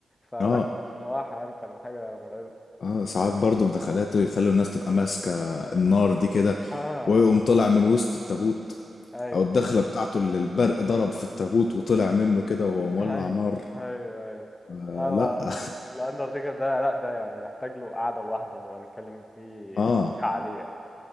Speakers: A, on the left; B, on the left.
A: فلا
B: اه
A: بصراحه يعني كان حاجه مرعبه
B: اه ساعات برضه في دخلاته يخلوا الناس تبقى ماسكة النار دي كده
A: اه
B: ويقوم طلع من وسط التابوت
A: ايوه
B: او الدخلة بتاعته اللي البرق ضرب في التابوت وطلع منه كده وهو مولع
A: ايوه
B: نار
A: ايوه ايوه
B: آه
A: أيوة.
B: لا <laughs>
A: الاندرتيكر ده لا ده يعني محتاج له قعده لوحده نبقى نتكلم فيه
B: اه
A: عليه